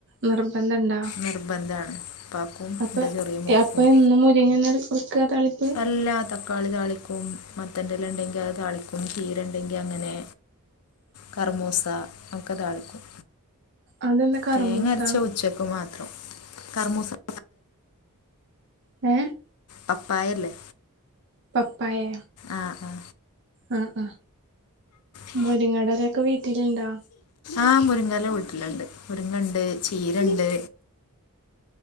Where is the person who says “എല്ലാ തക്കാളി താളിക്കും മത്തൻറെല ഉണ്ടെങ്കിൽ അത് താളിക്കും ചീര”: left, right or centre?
Left